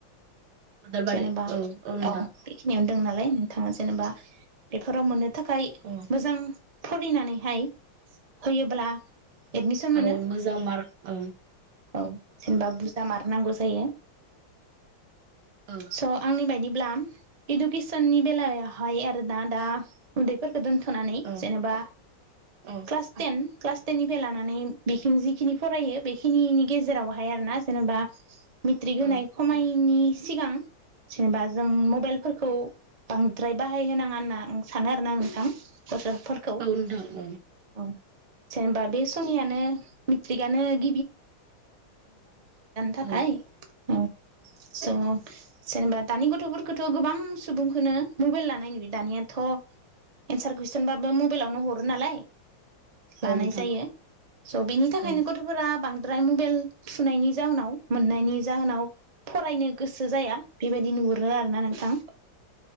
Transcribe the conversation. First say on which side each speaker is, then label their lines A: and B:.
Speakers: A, on the right; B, on the right.
A: अदालबारि
B: जेनेबा
A: औ नोंथां
B: औ बेखिनियावनो दं नालाय नोंथां जेनेबा बेफोराव मोनो थाखाय
A: औ
B: मोजां फरायनानैहाय होयोब्ला एदमिसन मोनो
A: औ मोजां मार्क औ
B: औ जेनेबा बुरजा मारनांगौ जायो
A: औ
B: स आंनि बायदि ब्ला इदुकिसननि बेलायावहाय आरो ना दा उन्दैफोर खो दोनथ'नानै
A: औ
B: जेनबा
A: औ
B: क्लास टेन क्लास टेननि फ्राय लानानै बिसिम जिखिनि फरायो बेखिनि नि गेजेरावहाय आरो ना जेनेबा मेट्रिक होनाय
A: औ
B: खमायनि सिगां जेनेबा जों मबाइलफोरखौ बांद्राय बाहाय होनाङा होनना आं सानो आरो ना नोंथां गथ'फोरखौ
A: औ नोंथां औ
B: औ जेनेबा बे <unintelligible> सो जानो थाखाय
A: औ
B: औ स' जेनेबा दानि गथ'फोरखौथ' गोबां सुबुंखौनो मबाइल लानाय नुयो दानियाथ' एन्सार कुइसनबाबो मबाइलावनो हरो नालाय लानाय
A: औ नोंथां औ नोंथां औ नोंथां
B: जायो स' बिनि थाखायनो
A: औ
B: गथ'फोरा बांदाराय द्रफ्राय मबाइल सुनायनि जाहोनाव मोननायनि जाहोनाव फरायनो गोसो जाया बेबायदि नुहुरो आरो ना नोंथां